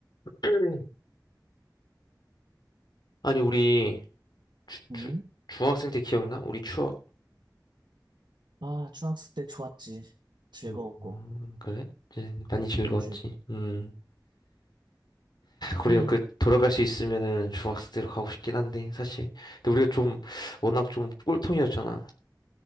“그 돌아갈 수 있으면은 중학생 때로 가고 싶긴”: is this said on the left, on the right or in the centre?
Left